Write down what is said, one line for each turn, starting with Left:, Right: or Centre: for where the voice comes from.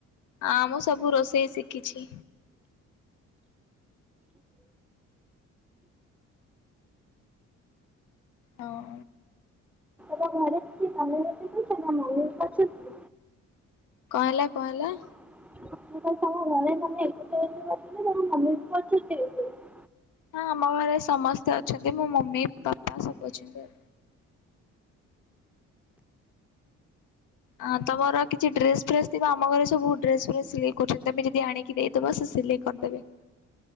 Left: ହଁ ମୁଁ ସବୁ ରୋଷେଇ ଶିଖିଛି। ହଉ।
Centre: ତମ ଘରେ କିଛି <inaudible> <inaudible>
Left: କଣ ହେଲା କଣ ହେଲା?
Centre: ମୁଁ କହିଲି ହଁ <unintelligible>
Left: ହଁ ଆମ ଘରେ ସମସ୍ତେ ଅଛନ୍ତି ମୋ ମମି, ବାପା ସବୁ ଅଛନ୍ତି ଆଉ। ହଁ ତମର କିଛି ଡ୍ରେସ ଫ୍ରେସ ଥିବା ଆମ ଘରେ ସବୁ ଡେଶ୍ ଫ୍ରେଶ୍ ସିଲେଇ କରୁଛନ୍ତି, ତମେ ଯଦି ଆଣିକି ଦେଇଦବ ସେ ସିଲେଇ କରିଦେବେ।